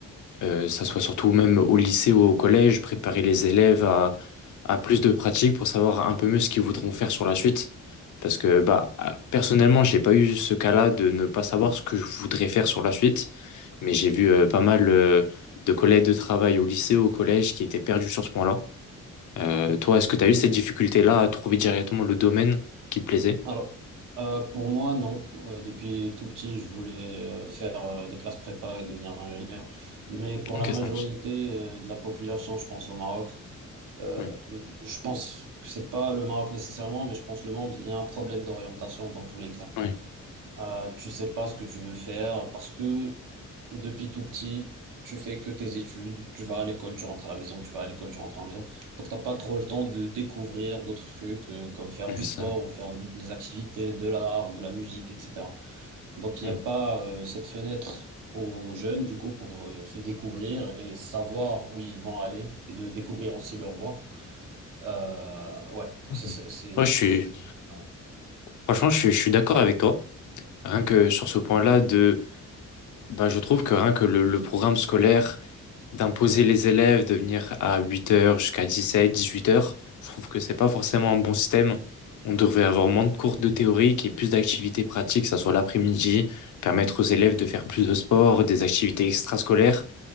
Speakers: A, on the left; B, on the right.
A: euh, ça soit
B: Ok.
A: surtout même au lycée ou au collège, préparer les élèves à, à plus de pratiques pour savoir un peu mieux ce qu'ils voudront faire sur la suite. Parce que bah, à- personnellement, j'ai pas eu ce cas-là de ne pas savoir ce que je voudrais faire sur la suite, mais j'ai vu euh, pas mal euh, de collègues de travail au lycée ou au collège qui étaient perdus sur ce point-là. Euh,
B: Mhm.
A: toi, est-ce que tu as eu cette difficulté-là à trouver directement le domaine qui te plaisait?
B: Alors, euh, pour moi, non. Euh, depuis tout petit, je voulais euh, faire euh, des classes prépa et devenir ingénieur. Mais pour
A: Ok,
B: la majorité
A: ça marche.
B: euh, de la population, je pense au Maroc. euh,
A: Oui,
B: je pense que c'est pas le Maroc nécessairement, mais je pense le monde, il y a un problème d'orientation dans tous les cas.
A: oui,
B: Euh, tu sais pas ce que tu veux faire parce que depuis tout petit, tu fais que tes études, tu vas à l'école, tu rentres à la maison, tu vas à l'école, tu rentres à la maison. Donc t'as pas trop le temps de découvrir d'autres trucs euh, comme faire
A: oui,
B: du
A: ça.
B: sport ou faire des activités, de l'art, de la musique, etc. Donc il
A: Mm.
B: n'y a pas euh, cette fenêtre aux jeunes du coup pour euh, se découvrir et savoir où ils vont aller et de découvrir aussi leur voie. Euh, ouais, donc c'est
A: Mm.
B: c'est- c'est
A: Ouais, je suis,
B: ce que je voulais
A: Franchement, je, suis je suis d'accord avec toi. Rien
B: dire.
A: que sur ce point-là, de, bah, je trouve que rien que le, le programme scolaire d'imposer les élèves de venir à huit heures jusqu'à dix-sept, dix-huit heures, je trouve que c'est pas forcément un bon système. On devrait avoir moins de cours de théorie et plus d'activités pratiques, que ça soit l'après-midi, permettre aux élèves de faire plus de sport, des activités extrascolaires.